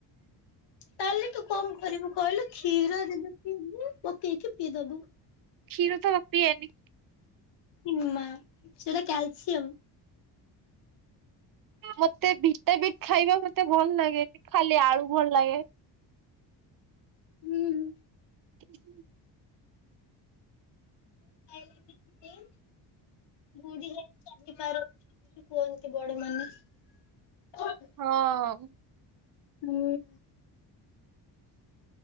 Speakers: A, on the left; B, on the right.
A: ତାହେଲେ ତୁ କଣ କରିବୁ କହିଲୁ କ୍ଷୀର ଯେଦି ପିଇବୁ ପକେଇକି ପିଇଦବୁ।
B: କ୍ଷୀର ତ ମୁଁ ପିଏନି।
A: ଇମା ସେଟା କ୍ୟାଲସିୟମ।
B: ମତେ ଭିଟା ଭିଟ୍ ଖାଇବା ମତେ ଭଲ ଲାଗେ। ଖାଲି ଆଳୁ ଭଲ ଲାଗେ।
A: ହୁଁ,
B: ହ ହୁଁ <inaudible>
A: <inaudible> ବୁଢି ହେଇ ଚାଲି ପାରନ୍ତିନି ବୋଲି କୁହନ୍ତି ବଡ ମାନେ <unintelligible>
B: ହଁ-ଅ-ଅ-ଅ,
A: ହୁଁ,